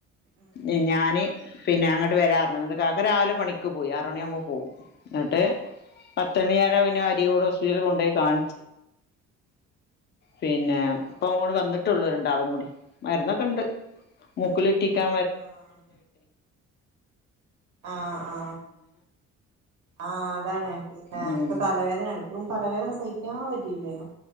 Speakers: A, on the right (about 75°); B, on the left (about 35°).
A: ഉം
B: ഏ ഞാന് പിന്നെ അങ്ങട്ട് വരാന്നറ്ഞ്ഞതാ ന്ന്ട്ട് കാക്ക രാവിലെ പണിക്ക് പോയി ആറ് മണിയാവുമ്പോ പോവും ന്ന്ട്ട്
A: ആഹ്
B: പ ത്തണിയായാരെ പിന്നെ വ രിക്കോട് ഹോസ്പിറ്റല് പോ പിന്നെ
A: ആഹ്
B: ഇപ്പൊങ്ങോട് വന്നി ത്തുള്ളു രണ്ടാളുക്കൂടി മരന്നൊക്കെണ്ട് മൂക്കിലുറ്റിക്കാ
A: ഏഹ് ആഹ് ആഹ് ആ ആ അതാണ് പിന്നെ
B: ഉം
A: ഇപ്പൊ തലവേദനാണ് വും തലവേദന സഹിക്കാൻ പറ്റില്ലേനു